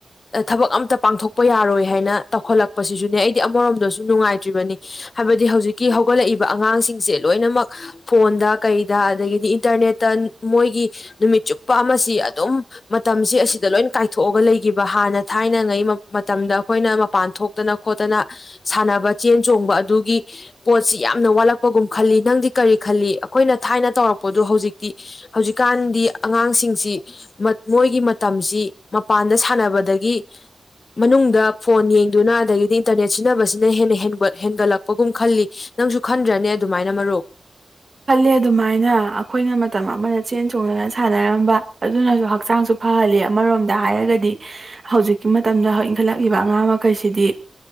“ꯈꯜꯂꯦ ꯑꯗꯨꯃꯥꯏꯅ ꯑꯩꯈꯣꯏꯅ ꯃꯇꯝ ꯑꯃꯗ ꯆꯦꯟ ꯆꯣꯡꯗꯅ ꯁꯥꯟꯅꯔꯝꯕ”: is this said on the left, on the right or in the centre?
Right